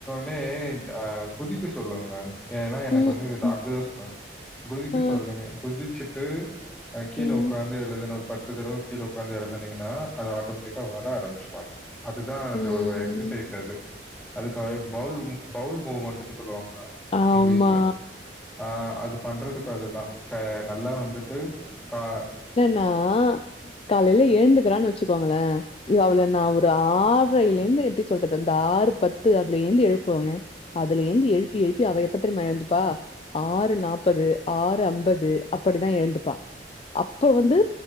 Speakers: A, in the centre; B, on the left.
A: னே அ குதிக்க சொல்லுங்க ஏன்னா எனக்கு
B: ம்,
A: வந்து டாக்டர்
B: ம்,
A: தா சொன்னாங்க குதிக்க
B: அ,
A: சொல்லுங்க குதிச்சிட்டு அ கீழே
B: ம்,
A: ஒக்காந்து எழுதுனு பத்து தடவ கீழ ஒக்காந்து எழுதுனீங்கன்னா அது ஆட்டோமெட்டிக்கா வர ஆரம்பிச்சிரோ அது தா
B: ம்.
A: அந்த எக்சசைஸ் அது அதுக்காகவே ப பவுல் மூவ்மெண்ட்ன்னு சொல்லுவாங்கலா
B: ஆமா.
A: இங்க்லீஷ்ல ஆ அது பண்றதுக்கு அதுதா க நல்லா வந்துட்டு கா
B: நா காலைல எழுந்துக்கறான்னு வெச்சுக்கோங்களே இ அவ்ள நா ஒரு ஆர்றய்ல இருந்து எப்டி சொல்றது அந்த ஆறு பத்து அதுல இருந்து எழுப்புவங்க அதுல இருந்து எழுப்பி எழுப்பி அவ எப்பத்தெரிமா எழுந்துப்பா ஆறு நாப்பது ஆறு அம்பது அப்படிதா எழுந்துப்பா அப்ப வந்து